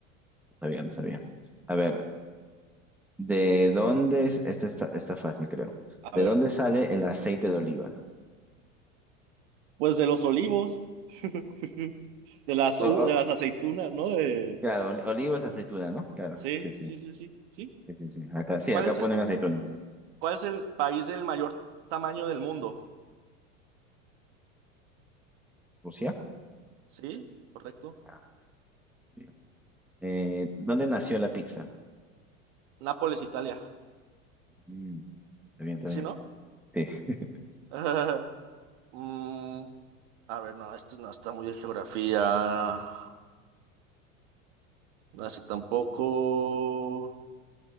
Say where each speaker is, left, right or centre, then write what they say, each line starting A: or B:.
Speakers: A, in the centre; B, on the right.
A: No sabía, no sabía. A ver, ¿de dónde es? Esta está, está fácil, creo. ¿De
B: A ver,
A: dónde sale el aceite de oliva?
B: pues de los olivos, <laughs> de las, u-
A: O- o-
B: de las aceitunas, ¿no? De...
A: claro, oli- oliva es aceituna, ¿no? Claro,
B: Sí,
A: sí, sí.
B: sí, sí, sí, sí.
A: Sí, sí, sí. Acá, sí,
B: ¿Cuál
A: acá
B: es
A: ponen
B: el,
A: aceituna.
B: cuál es el país del mayor tamaño del mundo?
A: ¿Rusia?
B: ¿Sí? Correcto.
A: Ah, bien. Eh, ¿dónde nació la pizza?
B: Nápoles, Italia.
A: Mm. Está bien, está
B: ¿Sí,
A: bien.
B: no?
A: Sí. <laughs>
B: <laughs> Mm, a ver, no, esto no está muy de geografía. No, así tampoco.